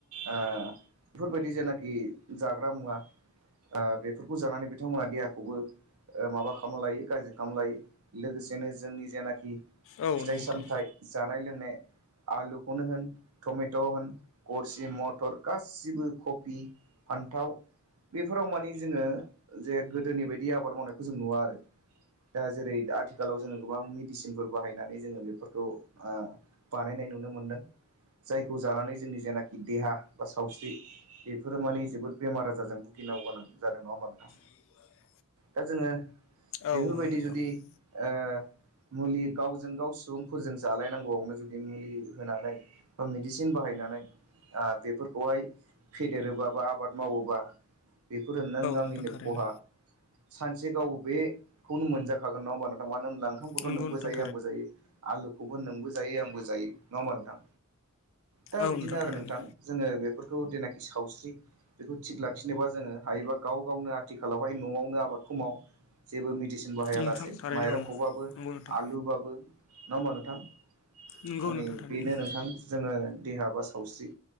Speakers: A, on the right; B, on the left.
A: ओ बेफोरबायदि जेनाखि जाग्रा मुवा ओ बेफोरखौ जानानै बिथांमोना देहाखौबो माबा माबा खालामना लायो गाज्रि खालामना लायो लोगोसेनो जोंनि जेनाखि
B: औ
A: फिथाइ
B: नंगौ नोंथां
A: सामथाइ जानाय लोंनाय <unintelligible> आलुखौनो होन टमेट' होन गरसि मथर गासिबो कबि फा न्थाव बेफोराव मानि जोङो जे गोदोनि बायदि आबाद मावनायखौ जों नुवा आरो दा जेरै आथिखालाव जोङो गोबां मेडिसिनफोर बाहायना जोङो बेफोरखौ ओ बानायनाय नुनो मोनदों। जायखौ जानानै जोंनि जेनाखि देहा बा सावस्रि बेफोरो माने जोबोद बेमार आजारजों भुगि नांगौ गोनांथि जादों। नङा होमबा नोंथा?
B: <inaudible>
A: दा जोङो
B: औ
A: बेफोरबायदि
B: नंगौ
A: जुदि ओ मुलि गावजों गाव सुबुंफोरजों जालायनांगौआवनो जुदि मुलि होनानै बा मेडिसिन बाहाय नानै आ बेफोरखौहाय फेदेरोबा बा आबाद मावोबा बेफोरो नों आंनिनो
B: नोंथां थारैनो
A: खहा सानसे गाव बेखौनो मोनजाखागोन नङा होमबा नोंथां मानो होनब्ला ओंखामखौथ'
B: नंगौ
A: नोंबो
B: नोंथां
A: जायो आंबो जायो आलुखौबो नोंबो जायो आंबो जायो। नङा होमबा नोंथां? दा
B: औ
A: बिदिनो
B: नंगौ नोंथां औ थारैनो नंगौ थारैनो औ
A: आरो
B: थारैनो
A: नोंथां जोङो बेफोर खौ जेनाखि सावस्रि बेखौ थिग लाखिनोबा जोङो हायोबा गाव गावनो आथिखालावहाय न'वावनो आबादखौ समाव जेबो मेडिसिन बाहाया
B: नोंथां
A: लासे
B: थारैनो
A: माइरंखौबाबो
B: औ नंगौ नोंथां
A: आलु बाबो नङा होमबा नोंथां
B: नंगौ
A: माने
B: नोंथां थारैनो
A: बेनो नोंथां जोङो देहा बा सावस्रि